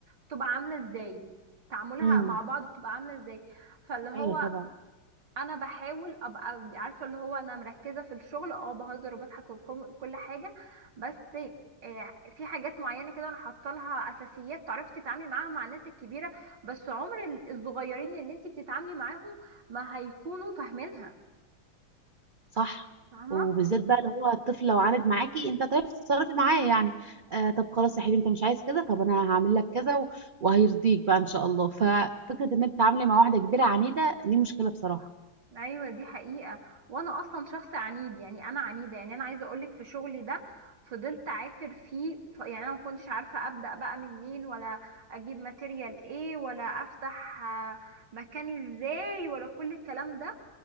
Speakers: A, on the right; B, on the right.
A: بتبقى عاملة ازاي تعاملها
B: امم
A: مع بعض بتبقى عاملة ازاي فاللي هو
B: ايوه طبعا
A: انا بحاول ابقى عارفه اللي هو انا مركزه في الشغل اه بهزر وبضحك وكل حاجه بس آه، في حاجات معينه كده انا حاطه لها اساسيات تعرفي تتعاملي معاها مع الناس الكبيره بس عمر ال- الصغيرين اللي انت بتتعاملي معاهم ما هيكونوا فاهمينها
B: صح
A: فاهمه
B: وبالذات بقى اللي هو الطفل لو عاند معاكي انت تعرفي تتصرفي معاه يعني آه طب خلاص يا حبيبي انت مش عايز كذا طب انا هعمل لك كذا و- وهيرضيك بقى ان شاء الله ففكره ان انت تتعاملي مع واحده كبيره عنيده دي مشكله بصراحه
A: ايوه دي حقيقة وانا اصلا شخص عنيد يعني انا عنيدة يعني انا عايزة اقولك في شغلي ده فضلت عافر فيه ف- يعني انا ما كنتش عارفة ابدأ بقى منين ولا اجيب ماتيريال ايه ولا افتح آه، مكان ازاي ولا كل الكلام ده